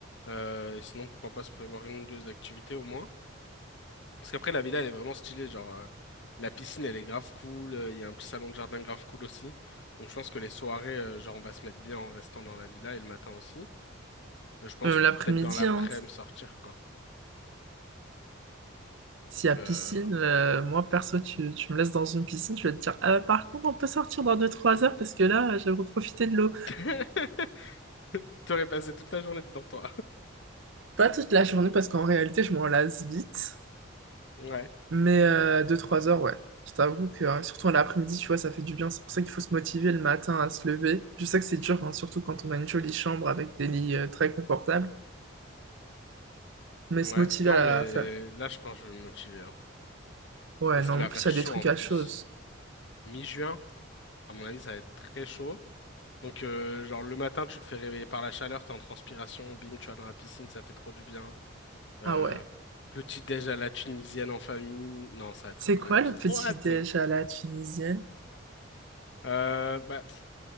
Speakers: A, on the left (about 60°); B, on the right (about 65°).
A: Euh, sinon, pourquoi pas se prévoir une ou deux activités au moins. Parce qu'après, la villa, elle est vraiment stylée. Genre, euh, la piscine, elle est grave cool. euh, Il y a un petit salon de jardin grave cool aussi. Donc, je pense que les soirées, euh, genre, on va se mettre bien en restant dans la villa et le matin aussi. Euh, Je pense
B: Même l'après-midi,
A: peut-être dans l'après-midi
B: hein,
A: sortir, quoi.
B: s'il
A: Donc,
B: y a piscine,
A: euh,
B: euh, moi perso, tu, tu me laisses dans une piscine, je vais te dire, Ah, par contre, on peut sortir dans deux trois heures parce que là, j'aimerais profiter de l'eau.
A: <laughs> <laughs> T'aurais passé toute la journée dedans, toi.
B: Pas toute la journée parce qu'en réalité, je m'en lasse vite.
A: Ouais.
B: Mais euh, 2-3 heures, ouais. Je t'avoue que, euh, surtout à l'après-midi, tu vois, ça fait du bien. C'est pour ça qu'il faut se motiver le matin à se lever. Je sais que c'est dur, hein, surtout quand on a une jolie chambre avec des lits euh, très confortables. Mais
A: Ouais.
B: se motiver
A: Non,
B: à
A: mais
B: faire.
A: là, je pense que je vais me motiver. hein.
B: Ouais,
A: Parce
B: non,
A: qu'il va
B: en plus,
A: faire
B: il y a
A: chaud
B: des trucs
A: en
B: à
A: plus.
B: chose.
A: Mi-juin, à mon avis, ça va être très chaud. Donc, euh, genre, le matin, tu te fais réveiller par la chaleur, t'es en transpiration, bim, tu vas dans la piscine, ça fait trop du bien. Euh,
B: Ah ouais.
A: petit déj à la tunisienne en famille. Non, ça va être
B: C'est
A: incroyable.
B: quoi le
A: J'ai trop
B: petit
A: hâte.
B: déj à la tunisienne?
A: Euh, bah, pff,